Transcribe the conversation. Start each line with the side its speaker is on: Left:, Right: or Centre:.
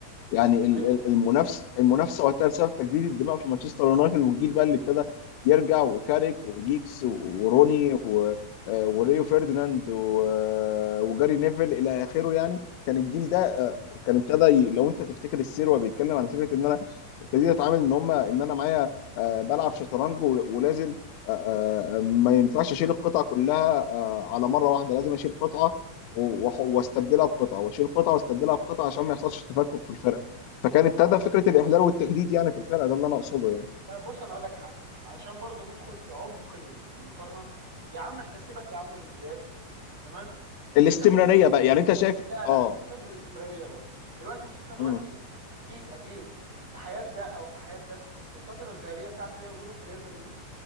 Left: يعني ال-
Right: ايوه
Left: ال- المنافس المنافسه وقتها بسبب تجديد الدماء في مانشستر يونايتد والجيل بقى اللي ابتدى يرجع وكاريك وجيكس و- وروني و- آه، وريو فيرديناند و- آه، وجاري نيفل الى اخره يعني كان الجيل ده آه، ك- كان ابتدى ي- لو انت تفتكر السير وهو بيتكلم عن فكره ان انا ابتديت اتعامل ان هم ان انا معايا آه، بلعب شطرنج و- ولازم آه، آه، ما ينفعش اشيل القطعه كلها آه، على مره واحده لازم اشيل قطعه و- وأح- واستبدلها بقطعه واشيل قطعه واستبدلها بقطعه عشان ما يحصلش تفكك في الفرقه فكان ابتدى فكره الاحلال والتجديد يعني في الفرقه ده اللي انا اقصده يعني
Right: طب بص انا اقول لك حاجه عشان برضو ندخل في عمق ال- المقارنه يا عم احنا سيبك يا عم من بداياتهم تمام
Left: الاستمراريه
Right: انت قول لي
Left: بقى يعني انت شايف
Right: لا
Left: اه
Right: لا سيبك من الاستمراريه برضو دلوقتي مش احنا دلوقتي
Left: امم
Right: اكيد اكيد في حياه ده او في حياه ده الفتره الذهبيه بتاعته هي وجوده في ريال مدريد